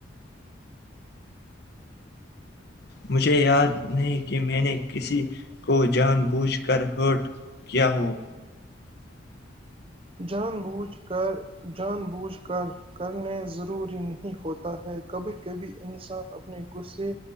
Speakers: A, on the left; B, on the right.
A: مجھے یاد نہیں کہ میں نے کسی کو جان بوجھ کر ہرٹ کیا ہو
B: جان کر جان بوجھ کر کرنے ضروری نہیں ہوتا ہے کبھی کبھی انسان اپنے غصے